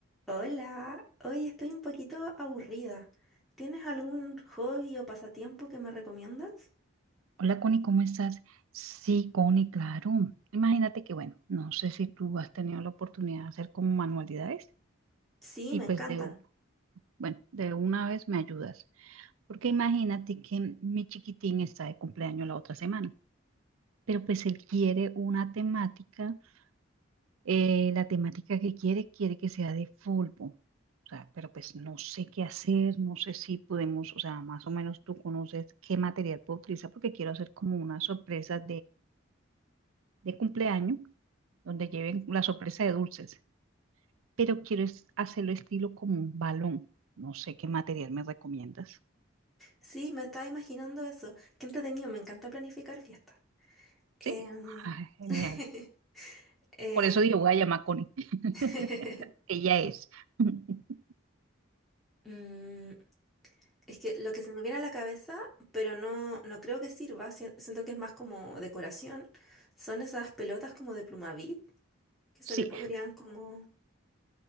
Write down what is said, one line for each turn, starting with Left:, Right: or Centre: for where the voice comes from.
Centre: Hola, hoy estoy un poquito aburrida. ¿Tienes algún hobby o pasatiempo que me recomiendas?
Right: Hola Connie, ¿cómo estás? Sí, Connie, claro. Imagínate que, bueno, no sé si tú has tenido la oportunidad de hacer como manualidades.
Centre: Sí, me
Right: Pues
Centre: encantan.
Right: de, u- bueno, de una vez me ayudas. Porque imagínate que mi chiquitín está de cumpleaños la otra semana, pero pues él quiere una temática. eh, la temática que quiere, quiere que sea de fútbol. O sea, pero pues no sé qué hacer, no sé si podemos, o sea, más o menos tú conoces qué material puedo utilizar porque quiero hacer como una sorpresa de cumpleaños, donde lleven la sorpresa de dulces, pero quiero es- hacerlo estilo como un balón. No sé qué material me recomiendas.
Centre: Sí, me estaba imaginando eso. Qué entretenido, me encanta planificar fiestas. Em,
Right: Sí, Ay, genial.
Centre: <laughs> eh,
Right: Por eso digo, voy a llamar a Connie. <laughs>
Centre: <laughs>
Right: Ella es. <laughs>
Centre: mm, es que lo que se me viene a la cabeza, pero no, no creo que sirva, si- siento que es más como decoración, son esas pelotas como de Plumavit, que se
Right: Sí,
Centre: le podrían como...